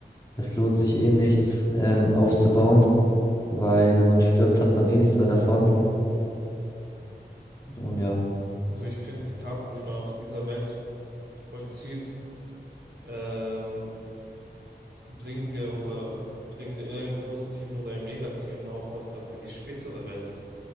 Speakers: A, on the left (about 20°); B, on the right (about 85°).
A: es lohnt sich eh nichts, ähm, aufzubauen, weil wenn man stirbt, hat man eh nichts mehr davon. Und ja,
B: also ich finde die Taten, die man auf dieser Welt vollzieht, ähm, bringen dir oder bringen dir eher im Positiven oder im Negativen auch was dann für die spätere Welt.